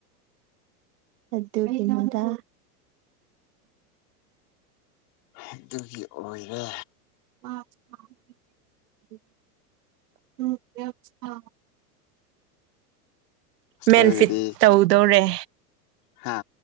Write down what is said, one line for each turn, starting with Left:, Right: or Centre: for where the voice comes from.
Right: ꯑꯗꯨꯒꯤꯅꯤꯗ
Left: ꯑꯗꯨꯒꯤ ꯑꯣꯏꯔꯦ
Right: <inaudible> <unintelligible>
Left: ꯍꯣꯁꯇꯦꯜꯒꯤꯗꯤ
Right: ꯃꯦꯟꯐꯤꯠ ꯇꯧꯗꯧꯔꯦ
Left: ꯍꯥ